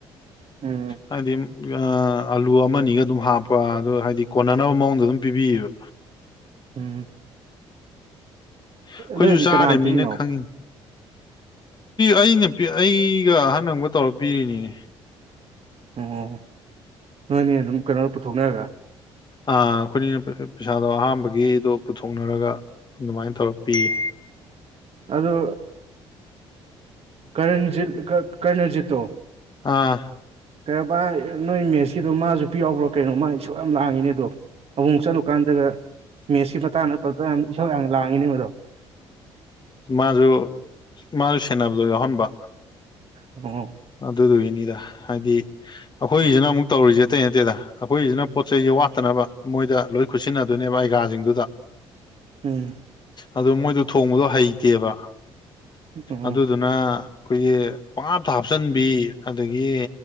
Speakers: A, on the right; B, on the left.
A: ꯎꯝ
B: ꯍꯥꯏꯗꯤꯝ ꯑꯂꯨ ꯑꯃꯅꯤꯅꯤꯒ ꯑꯗꯨꯝ ꯍꯥꯞꯄ ꯑꯗꯨ ꯍꯥꯏꯗꯤ ꯀꯣꯟꯅꯅꯕ ꯃꯑꯣꯡꯗ ꯑꯗꯨꯝ ꯄꯤꯕꯤꯌꯦꯕ
A: ꯎꯝ
B: ꯑꯩꯈꯣꯏꯁꯨ
A: ꯅꯣꯏꯗꯤ
B: ꯆꯥꯅꯤꯅ
A: ꯀꯅꯥꯅ ꯄꯤꯔꯤꯅꯣ
B: ꯈꯪꯉꯤ ꯑꯩꯅ ꯑꯩꯒ ꯑꯍꯟꯒ ꯇꯧꯔ ꯄꯤꯔꯤꯅꯤꯅꯦ
A: ꯑꯣ ꯅꯣꯏꯅꯦ ꯑꯗꯨꯝ ꯀꯩꯅꯣ ꯄꯨꯊꯣꯛꯅꯔꯒ
B: ꯑ ꯑꯩꯈꯣꯏꯅꯤꯅ ꯄꯩꯁꯥꯗꯣ ꯑꯍꯥꯥꯟꯕꯒꯤꯗꯣ ꯄꯨꯊꯣꯛꯅꯔꯒ ꯑꯗꯨꯃꯥꯏꯅ ꯇꯧꯔ ꯄꯤꯌꯦ
A: ꯑꯗꯨ ꯀꯔꯟꯖꯤꯠ ꯀꯔꯅꯖꯤꯠꯇꯣ
B: ꯑꯥ
A: ꯀꯕꯥ ꯅꯣꯏ ꯃꯦꯁꯀꯤꯗꯣ ꯃꯥꯁꯨ ꯄꯤ ꯌꯥꯎꯕ꯭ꯔꯣ ꯀꯩꯅꯣ ꯃꯥ ꯁꯨꯡꯛ ꯌꯥꯝ ꯂꯥꯡꯉꯤꯅꯦꯗꯣ ꯑꯃꯨꯨꯡꯛ ꯆꯠꯂꯨꯀꯥꯟꯗ ꯑꯗꯨꯒ ꯃꯦꯠꯁꯀꯤ ꯃꯇꯥꯡꯗ ꯄ ꯌꯥꯝ ꯏꯁꯥꯎ ꯌꯥꯝ ꯂꯥꯡꯉꯤꯅꯦ ꯃꯗꯣ
B: ꯃꯥꯁꯨ ꯃꯥꯁꯨ ꯁꯦꯟꯅꯕꯗꯣ ꯌꯥꯎꯍꯟꯕ
A: ꯑꯣ
B: ꯑꯗꯨꯗꯨꯒꯤꯅꯤꯗ ꯍꯥꯏꯗꯤ ꯑꯩꯈꯣꯏꯒꯤꯁꯤꯅ ꯑꯃꯨꯛ ꯇꯧꯔꯤꯁꯦ ꯑꯇꯩ ꯅꯠꯇꯇꯩꯗ ꯑꯩꯈꯣꯏꯒꯤꯁꯤꯅ ꯄꯣꯠ ꯆꯩ ꯋꯥꯠꯇꯅꯕ ꯃꯣꯏꯗ ꯂꯣꯏ ꯈꯨꯠꯁꯤꯟꯅꯗꯣꯏꯅꯦꯕ ꯑꯩꯒꯥꯁꯤꯡꯗꯨꯗ
A: ꯎꯝ
B: ꯑꯗꯨ ꯃꯣꯏꯗꯣ ꯊꯣꯡꯕꯗꯣ ꯍꯩꯇꯦꯕ
A: ꯎꯝ
B: ꯑꯗꯨꯗꯨꯅ ꯑꯩꯈꯣꯏꯒꯤ ꯄꯥ ꯊ ꯍꯥꯞꯆꯟꯕꯤ ꯑꯗꯒꯤ